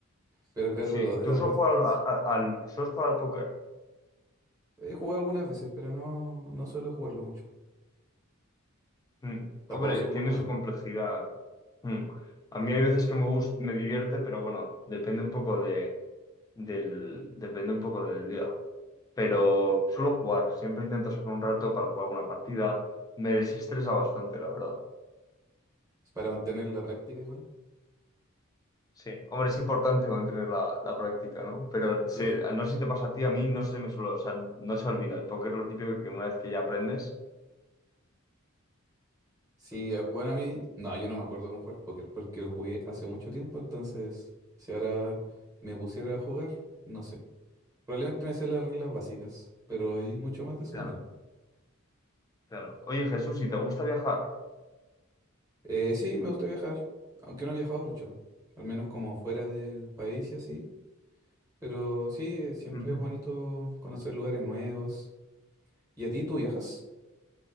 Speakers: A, on the right (about 15°); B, on the left (about 15°).
A: pero claro,
B: Sí,
A: lo de
B: tú
A: las
B: solo
A: apuestas.
B: jugar al, a- al, solo jugar al póker.
A: He jugado algunas veces, pero no, no suelo jugarlo mucho.
B: Mm.
A: Tampoco
B: Hombre,
A: soy muy
B: tiene
A: bueno.
B: su complejidad. Mm. A mí hay veces que me gusta, me divierte, pero bueno, depende un poco de, del, depende un poco del día. Pero suelo jugar, siempre intento sacar un rato para jugar alguna partida. Me desestresa bastante, la verdad.
A: Es Para mantener la práctica igual.
B: Sí. Hombre, es importante mantener la, la práctica, ¿no? Pero se-
A: Sí,
B: no sé si te pasa a ti, a mí no se me suele, o sea, no se olvida. El póker es lo típico que una vez que ya aprendes.
A: Sí, eh, bueno, a mí, no, yo no me acuerdo con jugar póker porque lo jugué hace mucho tiempo, entonces si ahora me pusiera a jugar, no sé. Probablemente me sé las reglas básicas, pero hay mucho más de eso,
B: Claro,
A: no.
B: claro. Oye, Jesús, si te gusta viajar.
A: Eh, sí, me gusta viajar, aunque no he viajado mucho, al menos como fuera del país y así. Pero sí, eh, siempre
B: Ujú.
A: es bonito conocer lugares nuevos. ¿Y a ti tú viajas?